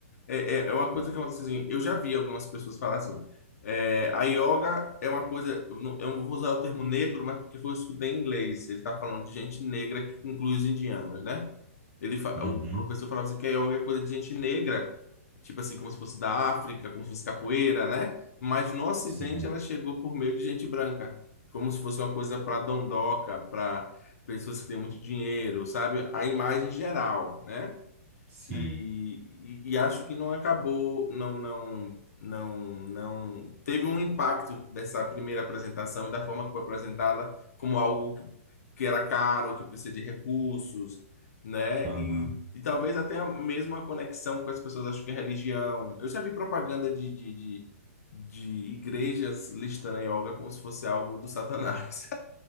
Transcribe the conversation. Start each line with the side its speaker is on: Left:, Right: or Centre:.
Left: É, é, é uma coisa
Right: É.
Left: que acontece assim, eu já vi algumas pessoas falar assim, é, a yoga é uma coisa, eu não eu não vou usar o termo negro, mas porque foi eu escutei em inglês, ele está falando de gente negra que inclui os indianos, né? Ele fa-
Right: Uhum.
Left: O professor falava assim que a yoga é coisa de gente negra, tipo assim, como se fosse da África, como se fosse capoeira, né? Mas no Ocidente
Right: Sei,
Left: ela chegou por meio de gente branca, como se fosse uma coisa para dondoca, para pessoas que têm muito dinheiro, sabe? A imagem geral, né?
Right: sei.
Left: e, e, e acho que não acabou, não, não, não, não teve um impacto dessa primeira apresentação e da forma que foi apresentada como algo que, que era caro, que precisa de recursos, né?
Right: Aham.
Left: E, e talvez até a mesma conexão com as pessoas acho que é religião. Eu já vi propaganda de, de, de, de igrejas listando a yoga como se fosse algo do Satanás.